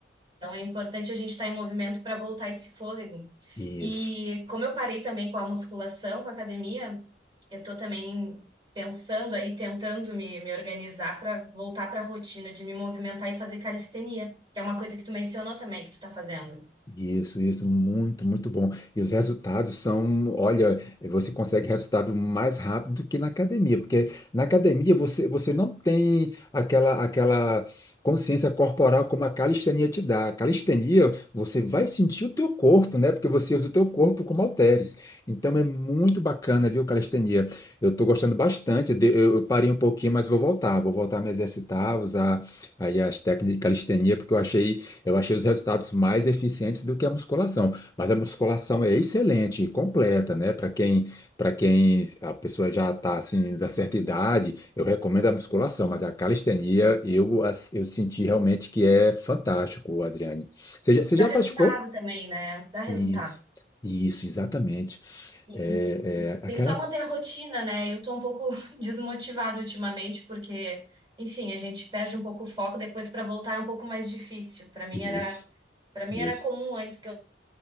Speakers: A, on the right; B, on the left.
A: é importante a gente estar em movimento para voltar esse fôlego.
B: isso.
A: E como eu parei também com a musculação, com a academia, eu tô também pensando aí, tentando me, me organizar para voltar para a rotina de me movimentar e fazer calistenia, que é uma coisa que tu mencionou também que tu tá fazendo.
B: Isso, isso, muito, muito bom. E os resultados são, olha, você consegue resultado mais rápido do que na academia, porque na academia você, você não tem aquela, aquela consciência corporal como a calistenia te dá. A calistenia, você vai sentir o teu corpo, né? Porque você usa o teu corpo como halteres. Então é muito bacana, viu, calistenia? Eu estou gostando bastante. de- Eu, eu parei um pouquinho, mas vou voltar. Vou voltar a me exercitar, usar aí as técnicas de calistenia, porque eu achei eu achei os resultados mais eficientes do que a musculação, mas a musculação é excelente, completa, né? Para quem, para quem a pessoa já está assim da certa idade, eu recomendo a musculação, mas a calistenia eu as- eu senti realmente que é fantástico, Adriane. Você já, você
A: Dá
B: já
A: resultado
B: praticou?
A: também, né? Dá resultado.
B: Isso, isso, exatamente.
A: E
B: É, é
A: tem
B: aquela
A: que só
B: co-
A: manter a rotina, né? Eu tô um pouco <laughs> desmotivada ultimamente, porque, enfim, a gente perde um pouco o foco, depois pra voltar é um pouco mais difícil. Pra mim
B: isso,
A: era, para mim
B: isso,
A: era comum antes que eu